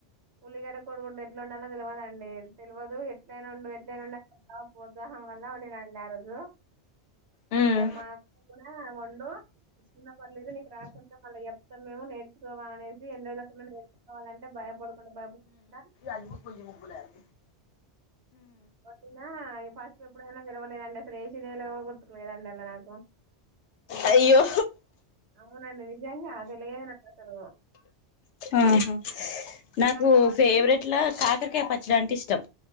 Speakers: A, on the right; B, on the left.
A: ఉల్లిగడ్డ కోడిగుడ్డు ఎట్లా ఉండాలో తెలియదుండి తెలియదు ఎట్లనా ఉండు ఎట్లయినాండ బా ప్రోత్సాహం వల్ల ఉండినండి ఆ రోజు హ
B: ఉమ్.
A: ఇక మా అక్క కూడా వండు ఇన్న పర్లేదు నీకు రాకుంటే మళ్ళీ చెప్తాం మేము నేర్చుకోవ అనేసి ఎండ్రోజుల నేర్చుకోవాలంటే భయపడకుండా భయపడా
B: అకు ముబలండి <inaudible>
A: ఓకేనా ఫస్ట్ ఎప్పుడైనా నిరవలేదండి అసలు ఏసి లు లేవు గుర్తుకులేదండి అలా నాకు
B: అయ్యో
A: అవునండి నిజంగా అది లేదు నాకసలు
B: ఆహా నాకు
A: తర్వాతకి
B: ఫేవరెట్లా కాకరకాయ పచ్చడి అంటే ఇష్టం